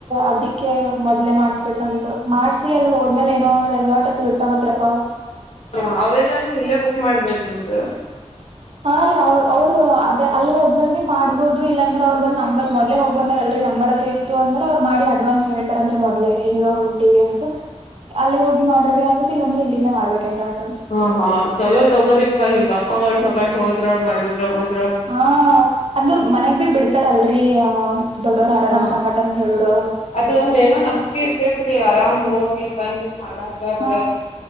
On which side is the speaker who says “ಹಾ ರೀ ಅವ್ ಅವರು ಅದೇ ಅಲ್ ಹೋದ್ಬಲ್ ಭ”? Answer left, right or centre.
Right